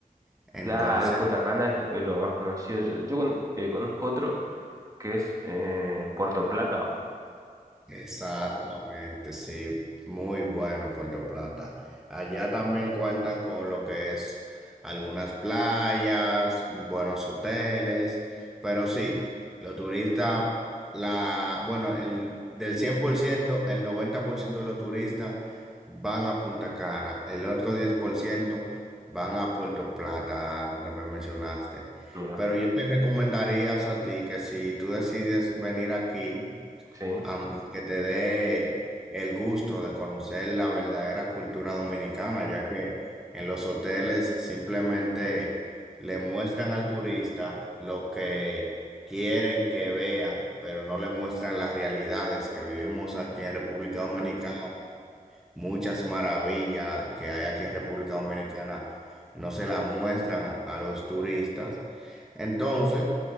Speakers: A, in the centre; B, on the right.
A: Entonces,
B: Claro, Punta Cana es, es lo más conocido. Yo, yo con- eh, conozco otro. que es eh, Puerto Plata.
A: Exactamente, sí, muy bueno Puerto Plata. Allá también cuentan con lo que es algunas playas, buenos hoteles, pero sí, los turistas, la, bueno, el, del 100%, el 90% de los turistas van a Punta Cana, el otro 10% van a Puerto Plata, donde me mencionaste.
B: Mira,
A: Pero yo te recomendaría a ti que si tú decides venir aquí,
B: sí.
A: am- que te dé el gusto de conocer la verdadera cultura dominicana, ya que en los hoteles simplemente le muestran al turista lo que quieren que vea, pero no le muestran las realidades que vivimos aquí en República
B: ujú.
A: Dominicana. Muchas maravillas que hay aquí en República Dominicana no se las muestran a los turistas. Entonces,